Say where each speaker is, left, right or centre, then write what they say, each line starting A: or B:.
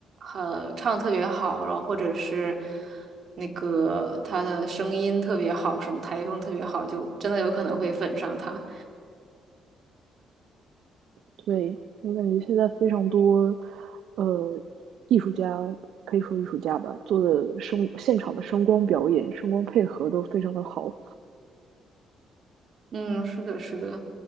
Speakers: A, on the right; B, on the right.
A: 呃，唱特别好，然后或者是那个他的声音特别好，什么台风特别好，就真的有可能会粉上他。
B: 对，我感觉现在非常多，呃，艺术家可以说艺术家吧，做的声现场的声光表演、声光配合都非常的好。
A: 嗯，是的，是的，